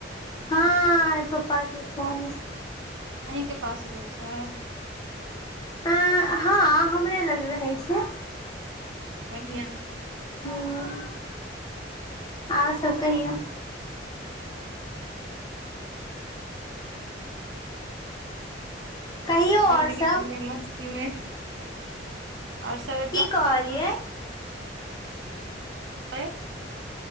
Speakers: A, on the left (about 20°); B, on the right (about 75°).
A: हँ पप्पा के फोन छै
B: अहीं के पास रहै छैै
A: अ हँ हमरे लग रहे छै
B: बढ़िआँ है
A: ह आओर सब कहियौ कहियौ
B: जिन्दगी
A: आओर सब
B: मे मस्ती मे और सब एकदम
A: की कहलियै
B: आँय